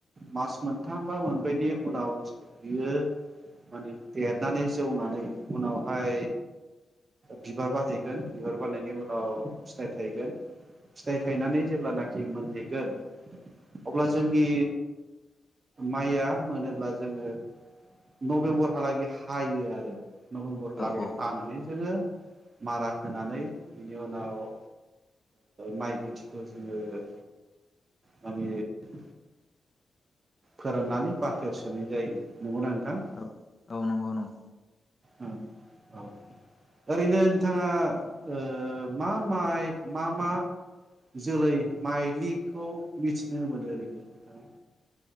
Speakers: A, on the right; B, on the left.
A: मास मोनथाम बा मोनब्रैनि उनाव बियो माने देरनानै जौनानै उनावहाय बिबार बारहैगोन बिबार बारनायनि उनाव फिथाइ थायगोन, फिथाइ थाइनानै जेब्लानाखि मोनहैगोन अब्ला जोंनि माइया मोनोब्ला जोङो नबेम्बरहालागै हायो आरो। नबेम्बर हालागै
B: औ औ
A: हानानै जोङो मारा होनानै बिनि उनाव ओ माइ गुथ थिखौ जोङो माने ओ फोराननानै बाख्रियाव सोनाय जायो नंगौना नोंथां?
B: औ औ नंगौ नंगौ।
A: उम औ ओरैनो नोंथाङा ओ मा माइ मा मा जोलै माइलिखौ मिथिनो मोनो ओरैनो नोंथाङा?